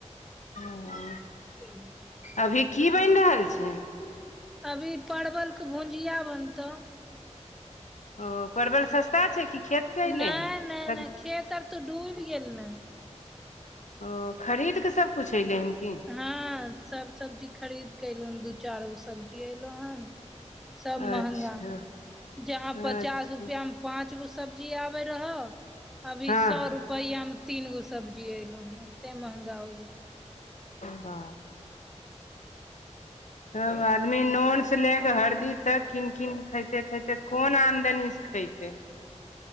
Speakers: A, on the left (about 80°); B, in the centre.
A: हॅं।
B: <inaudible>
A: अभी की बनि रहल छै?
B: अभी परवल के भुजिया बनतौ।
A: ओ परवल सस्ता छै कि खेत से अयले
B: नै- नै
A: हन
B: - नै खेत आर त डूइब गेल ने।
A: ओ खरीद केऽ सबकुछ अइलै हन कि?
B: हँ सब सब्जी खरीदके अइलौ हन दू चार गो सब्जी अइलौ हन। सब
A: अच्छा
B: महंगा जहाँ पचास
A: अच्छा
B: रुपया मे पाँंच गो सब्जी आबै रहौ अभी
A: हँ
B: सौ रुप पैया मे तीन गो सब्जी अइलौ हन एते महंगा होइ गेल।
A: बाप रे। तब आदमी नोन से लेए क हरदी तक कीन- कीन के खइतै - खइतै कोन आमदनी से खइतै।